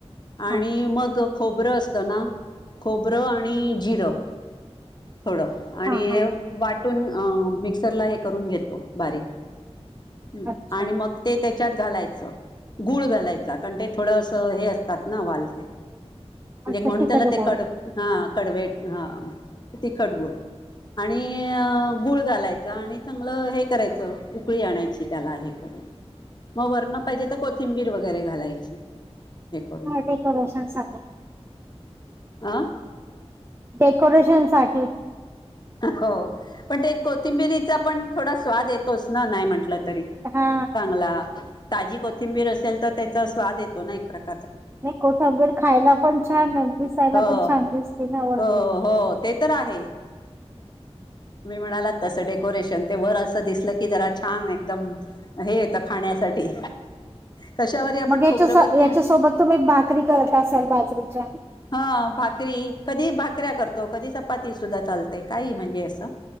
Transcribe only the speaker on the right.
हा
हा
हा
अच्छा
अच्छा
तिखट
गोड
हां डेकोरेशनसाठी.
डेकोरेशनसाठी.
हा
नाही कोथंबीर खायला पण छान आहे दिसायला
पण छान
दिसते वरतून.
मग याच्या
याच्यासोबत तुम्ही भाकरी करत असाल बाजरीच्या